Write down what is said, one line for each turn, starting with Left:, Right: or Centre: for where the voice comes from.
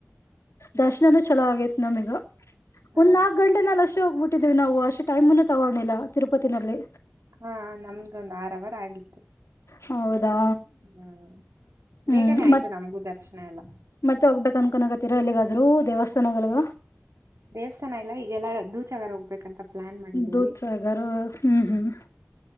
Left: ದರ್ಶನಾನು ಚಲೋ ಆಗೈತ್ ನಮೀಗ
Right: ಹಾ
Left: ಒಂದ್ ನಾಲ್ಕ ಗಂಟೆ. ಲ್ಲಿ ಅಷ್ಟೇ ಹೋಗ್ಬಿಟ್ಟಿದೀವಿ ನಾವು ಅಷ್ಟೇ ಟೈಮ್ನು ತಗೋಿಲ್ಲ ತಿರುಪಿನಲ್ಲಿ.
Right: ಹಾ ನಮ್ದು ಒಂದು್ ಆರವರ ಆಗಿತ್ತು
Left: ಹೌದಾ
Right: ಹ್ಮ.
Left: ಹ್ಮ್
Right: ಬೇಗನೆ ಆಯ್ತು
Left: ಮತ್
Right: ನಮಗೂ ದರ್ಶನ ಎಲ್ಲ.
Left: ಮತ್ತೆ ಹೋಗ್ಬೇಕಕ್ ಅನ್ಕನ್ಕತ್ತೀರಾ ಎಲ್ಲಿಗಾದ್ೂ ದೇವಸ್ಥಾನ ಹೋಗಲ್ಗ.
Right: ದೇವಸ್ಥಾನ ಇಲ್ಲ ಈಗೆಲ್ಲ ದೂಚಗಾರ ಹೋಗ್ಬೇಕು. ಂತ ಪ್ಲಾನ್ ಮಾಡಿದೀವಿ.
Left: ದೂದ್ಸಾಗರ್ ಹ್ಮ್ ಹ್ಮ್